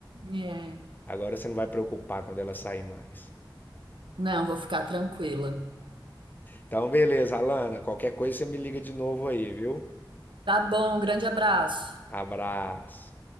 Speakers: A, on the right; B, on the left.
A: é,
B: <laughs> agora você não vai preocupar quando ela sair mais.
A: não, vou ficar tranquila.
B: Então, beleza, Alana. Qualquer coisa você me liga de novo aí, viu?
A: Tá bom, um grande abraço.
B: Abraço.